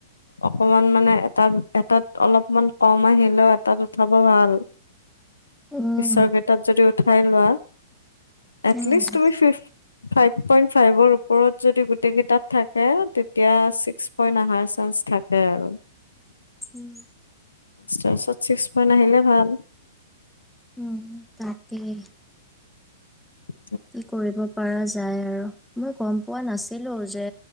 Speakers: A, on the left; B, in the centre.
A: অকমান মানে এটা এটাত অলপমান কম আহিলেও এটাত উঠাব ভাল
B: উম
A: পিছৰ কেটাত যদি ধৰিলোৱা এটলিষ্ট
B: উম
A: তুমি ফিফ ফাইভ পইন্ট পাইবৰো ওপৰত যদি গোটেইকেইটা থাকে হে তেতিয়া ছিক্স পইন্ট অহাৰ চান্স থাকে আৰু
B: উম
A: ছচৰত ছিক্স পইণ্ট আহিলে ভাল
B: উম তাকেই
A: নাই
B: কি কৰিব পাৰা যায় আৰু মই গম পোৱা নাছিলো যে